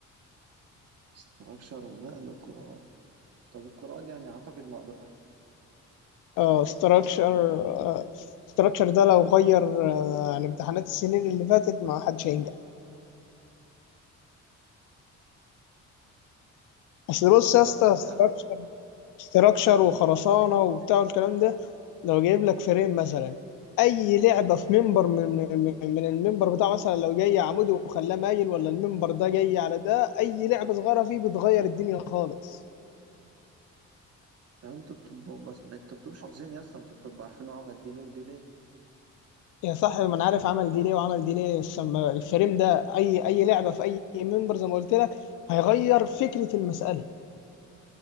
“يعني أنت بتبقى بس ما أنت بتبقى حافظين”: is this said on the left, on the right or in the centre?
Right